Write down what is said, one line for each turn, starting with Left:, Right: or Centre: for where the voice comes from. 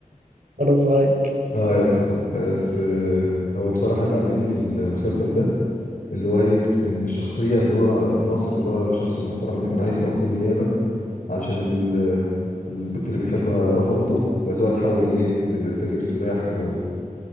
Right: <laughs> وانا صغير
Left: اه يا اسطى بس آه، هو بصراحة اللي عجبني في المسلسل ده اللي هو ايه ان الشخصية اللي هو ناصر اللي هو الشخص المحترم اللي كان عايز يبقى وكيل نيابة علشان ال- البت اللي بيحبها رفضته فاللي هو اتحول ليه لتاجر سلاح ويعني